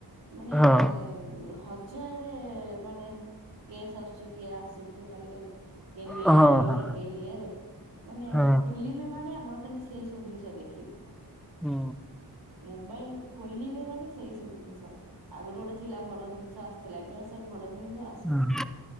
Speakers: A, on the right (about 80°); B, in the centre.
A: ମାନେ
B: ହଁ
A: ହଜା ଜାରେ ମାନେ କେସ୍ ଆସୁଛି। କିଏ ଆକ୍ସିଡେଣ୍ଟରେ ଚାଲିଗଲେ କିଏ ନିଆଁ
B: ହଁ
A: ଲାଗିବାର।
B: ହଁ
A: କେ ଇଏରେ ମାନେ
B: ହଁ
A: ଖୋଲିବେ ମାନେ ଆପଣ ଖାଲି ସେଇ ସବୁ ଜିନିଷ ଦେଖିବେ।
B: ହୁଁ।
A: ମୋବାଇଲ୍ ଖୋଲିବେ ମାନେ ସେଇ ସବୁ ଜିନିଷ ଆଗରୁ ଗୋଟେ ଥିଲା ଭଲ ଜିନିଷ ଆସୁ ଥିଲା ଏବେ ଆଉ ସେ ଭଲ ଜିନିଷ ଆସୁନି।
B: ହଁ।